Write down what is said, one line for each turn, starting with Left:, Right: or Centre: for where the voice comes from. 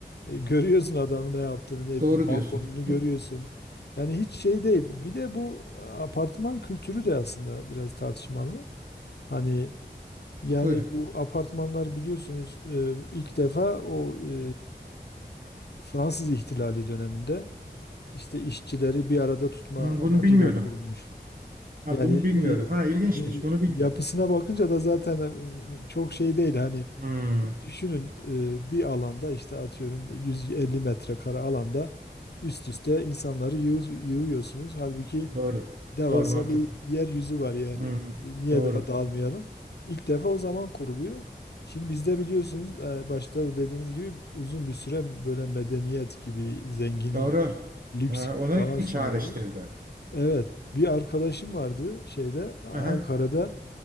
Left: e, görüyorsun adamın ne yaptığını, ne ettiğini,
Right: Doğru
Left: balkonunu
Right: diyorsun. Bu-
Left: görüyorsun. Yani hiç şey değil. Bir de bu e, apartman kültürü de aslında biraz tartışmalı. Hani yani
Right: Buyurun.
Left: bu apartmanlar biliyorsunuz e, ilk defa o e, Fransız ihtilali döneminde işte işçileri bir arada tutma
Right: Hı,
Left: amacıyla
Right: bunu bilmiyordum.
Left: kurulmuş.
Right: Ha,
Left: Yani
Right: bunu bilmiyordum. Ha, ilginçmiş.
Left: e, e,
Right: Bunu bilmiyordum.
Left: yapısına bakınca da zaten e, çok şey değil. Hani
Right: Hı,
Left: düşünün e, bir alanda işte atıyorum 150 metrekare alanda üst üste insanları yığ- yığıyorsunuz. Halbuki
Right: doğru.
Left: Devasa
Right: Doğru mantıklı.
Left: bir yeryüzü var yani.
Right: Hı,
Left: E, Niye
Right: doğru.
Left: daha dalmayalım? İlk defa o zaman kuruluyor. Şimdi bizde biliyorsunuz e, başta da dediğiniz gibi uzun bir süre böyle medeniyet gibi, zenginlik,
Right: Doğru.
Left: lüks
Right: Ha,
Left: gibi
Right: ona
Left: falan sunuldu.
Right: çağrıştırdı.
Left: Evet, bir arkadaşım vardı şeyde Ankara'da
Right: Hı hı.